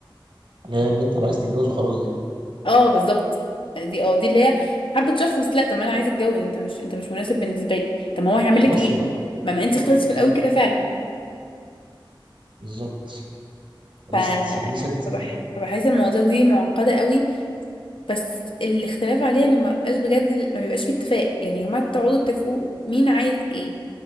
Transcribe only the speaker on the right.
اللي هي البنت اللي عايز تتجوزه خلاص دي
خلاص
يبقى
أول
بالظبط
بالظبط دي
ست دي ست سيئة